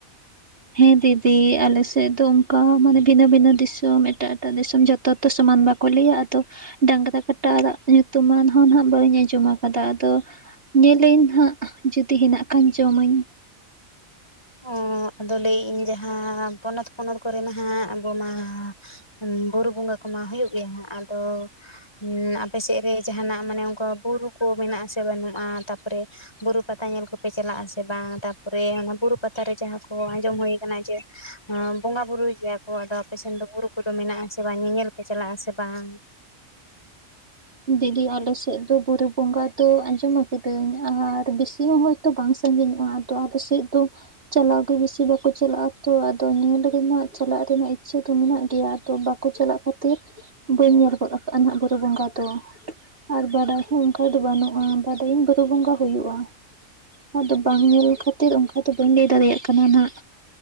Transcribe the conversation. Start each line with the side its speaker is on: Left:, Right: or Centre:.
Right: ᱦᱮᱸ ᱫᱤᱫᱤ ᱟᱞᱮᱥᱮᱫ ᱫᱚ ᱚᱱᱠᱟ ᱢᱟᱱᱮ ᱵᱷᱤᱱᱟᱹ ᱵᱷᱤᱱᱟᱹ ᱫᱤᱥᱚᱢ ᱮᱴᱟᱜ ᱮᱴᱟᱜ ᱫᱤᱥᱚᱢ ᱡᱚᱛ ᱛᱚᱛᱚ ᱥᱚᱢᱟᱱ ᱵᱟᱠᱚ ᱞᱟᱹᱭᱟ ᱟᱫᱚ ᱰᱟᱝᱨᱟ ᱠᱟᱴᱟ ᱟᱲᱟᱜ ᱧᱩᱛᱩᱢᱟᱱ ᱦᱚᱸ ᱦᱟᱸᱜ ᱵᱟᱹᱧ ᱟᱸᱡᱚᱢ ᱟᱠᱟᱫᱟ ᱟᱫᱚ ᱧᱮᱞᱟᱹᱧ ᱦᱟᱸᱜ ᱡᱩᱫᱤ ᱦᱮᱱᱟᱜ ᱠᱷᱟᱱ ᱡᱚᱢᱟᱹᱧ
Left: ᱳ ᱟᱫᱚ ᱞᱟᱹᱭᱮᱫ ᱤᱧ ᱡᱟᱦᱟᱸ ᱯᱚᱱᱚᱛ ᱯᱚᱱᱚᱛ ᱠᱚᱨᱮ ᱱᱟᱦᱟᱜ ᱵᱚᱱᱟ ᱦᱩᱸ ᱵᱩᱨᱩ ᱵᱚᱸᱜᱟ ᱠᱚᱢᱟ ᱦᱩᱭᱩᱜ ᱜᱮᱭᱟ ᱦᱟᱸᱜ ᱟᱫᱚ- ᱦᱩᱸ ᱟᱯᱮ ᱥᱮᱫ ᱨᱮ ᱡᱟᱦᱟᱸᱱᱟᱜ ᱢᱟᱱᱮ ᱚᱱᱠᱟ ᱵᱩᱨᱩ ᱠᱚ ᱢᱮᱱᱟᱜ ᱟᱥᱮ ᱵᱟᱹᱱᱩᱜᱼᱟ? ᱛᱟᱯᱚᱨᱮ ᱵᱩᱨᱩ ᱯᱟᱛᱟ ᱧᱮᱞ ᱠᱚᱯᱮ ᱪᱟᱞᱟᱜ ᱟᱥᱮ ᱵᱟᱝ ᱛᱟᱼᱼ ᱯᱚᱨᱮ ᱚᱱᱟ ᱵᱩᱨᱩ ᱯᱟᱛᱟᱨᱮ ᱡᱟᱦᱟᱸ ᱠᱚ ᱟᱸᱡᱚᱢ ᱦᱩᱭ ᱠᱟᱱᱟ ᱡᱮ ᱵᱚᱸᱜᱟ ᱵᱩᱨᱩᱭ ᱜᱮᱭᱟ ᱠᱚ, ᱟᱫᱚ ᱟᱯᱮ ᱥᱮᱱ ᱫᱚ ᱵᱩᱨᱩ ᱠᱚᱫᱚ ᱢᱮᱱᱟᱜ ᱟᱥᱮ ᱵᱟᱝ, ᱧᱮᱧᱮᱞ ᱯᱮ ᱪᱟᱞᱟᱜ ᱟᱥᱮ ᱵᱟᱝ?
Right: ᱫᱤᱫᱤ ᱟᱞᱮᱥᱮᱫ ᱫᱚ ᱵᱩᱨᱩ ᱵᱚᱸᱜᱟ ᱫᱚ ᱟᱸᱡᱚᱢ ᱟᱠᱟᱫᱟᱹᱧ ᱟᱨ ᱵᱤᱥᱤ ᱦᱚᱸ ᱛᱚ ᱵᱟᱝ ᱥᱟᱺᱜᱤᱧᱚᱜᱼᱟ ᱟᱫᱚ ᱟᱞᱮ ᱥᱮᱫ ᱫᱚ ᱪᱟᱞᱟᱣ ᱜᱮ ᱵᱤᱥᱤ ᱵᱟᱠᱚ ᱪᱟᱞᱟᱜᱼᱟ ᱛᱚ, ᱟᱫᱚ ᱧᱮᱞ ᱨᱮᱱᱟᱜ ᱪᱟᱞᱟᱜ ᱨᱮᱱᱟᱜ ᱤᱪᱪᱷᱟᱹ ᱫᱚ ᱢᱮᱱᱟᱜ ᱜᱮᱭᱟ᱾ ᱟᱫᱚ ᱵᱟᱼᱼ ᱠᱚ ᱪᱟᱞᱟᱜ ᱠᱷᱟᱹᱛᱤᱨ ᱵᱟᱹᱧ ᱧᱮᱞ ᱜᱚᱫ ᱟᱠᱟᱫᱼᱟ ᱱᱟᱜ ᱵᱩᱨᱩ ᱵᱚᱸᱜᱟ ᱛᱚ ᱟᱨ ᱵᱟᱰᱟᱭ ᱦᱚᱸ ᱚᱱᱠᱟ ᱫᱚ ᱵᱟᱹᱱᱩᱜᱼᱟ, ᱵᱟᱰᱟᱭᱟ. ᱧ ᱵᱩᱨᱩ ᱵᱚᱸᱜᱟ ᱦᱩᱭᱩᱜᱼᱟ᱾ ᱟᱫᱚ ᱵᱟᱝ ᱧᱮᱞ ᱠᱷᱟᱹᱛᱤᱨ ᱚᱱᱠᱟ ᱫᱚ ᱵᱟᱹᱧ ᱞᱟᱹᱭ ᱫᱟᱲᱮᱭᱟᱜ ᱠᱟᱱᱟ ᱱᱟᱸᱜ